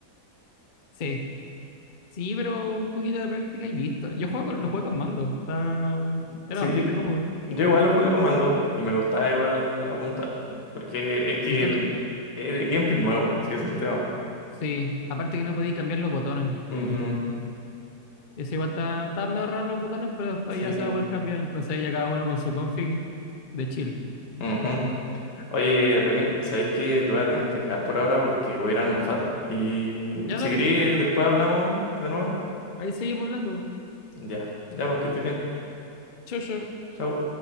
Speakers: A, on the left (about 40°); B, on the left (about 85°).
A: Sí, Sí, pero un poquito de práctica y listo.
B: <laughs>
A: Yo juego, con- lo juego con mando. Está... Era
B: Sí,
A: bastante cómodo.
B: yo igual lo jugué con mando y me costaba igual apuntar. Porque es que
A: El tema,
B: es gameplay nuevo, ese es el tema.
A: sí, aparte que no podéis cambiar los botones.
B: Ujú,
A: eh, eso igual está, está medio raro los botones, pero después
B: sí.
A: ya se va a poder cambiar. Entonces ahí ya cada uno con su config de chill.
B: ujú. Oye, Remy, ¿sabéis que te voy a tener
A: De-
B: que dejar por ahora porque voy a ir a almorzar? Y
A: Ya
B: si
A: dale,
B: querés, después hablamos de nuevo.
A: ahí seguimos hablando.
B: Ya, ya, pues que estés bien.
A: Chau, chau.
B: Chau.